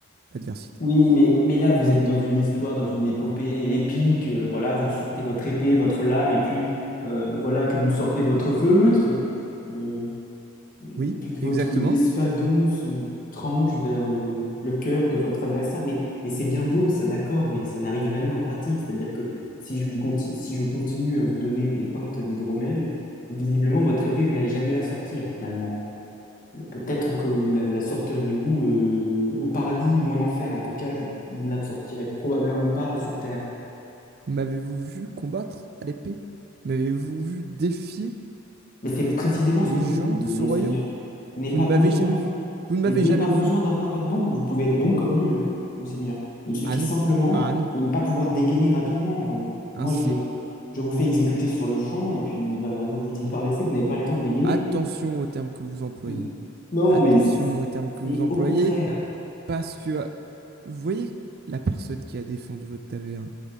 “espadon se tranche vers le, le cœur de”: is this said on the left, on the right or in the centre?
Left